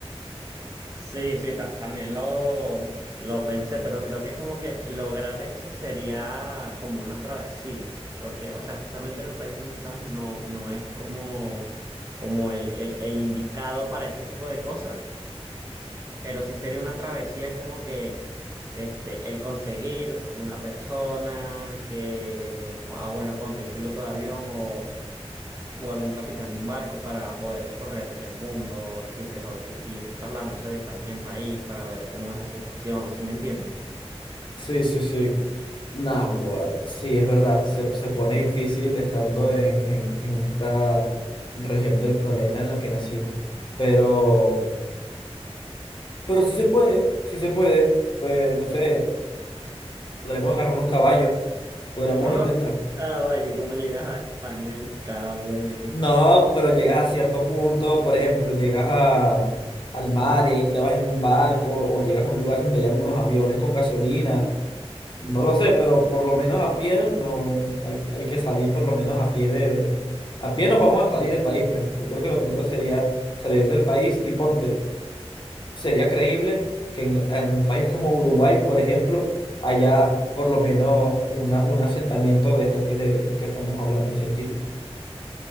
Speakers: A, on the right; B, on the left.
A: Sí, sí, ta- también lo, lo pensé, pero creo que como que lograr eso sería como una travesía, porque, o sea, justamente en el país donde estamos no, no es como, como el, el, el indicado para ese tipo de cosas, pero sí sería una travesía como que este, el conseguir una persona que, o- ah, bueno, ponte un piloto de avión o algún capitán de un barco para poder recorrer el mundo, así pues, o de- ir trasladándose de país en país para ver cómo es la situación, ¿sí me entiendes?
B: Sí, sí, sí. Nah, bueno, sí, es verdad, se, se pone difícil estando en, en, en esta región del planeta en la que nacimos. Pero, pero sí se puede, sí se puede. Eh, no sé, podríamos agarrar unos caballos, podríamos
A: No lo
B: intentar
A: caballo, cómo llegas a España en caballo de aquí.
B: No, pero llegas a cierto punto, por ejemplo, llegas a, al mar y ahí te vas en un barco o llegas a un lugar donde hayan unos aviones con gasolina. No lo sé, pero por lo menos a pie no hay, hay que salir por lo menos a pie de, de- A pie nos vamos a salir del país, por ejemplo. Yo Creo que lo primero sería salir del país y ponte, sería creíble que en, en un país como Uruguay, por ejemplo, haya por lo menos una, un asentamiento de estos que, de, que estamos hablando, científicos.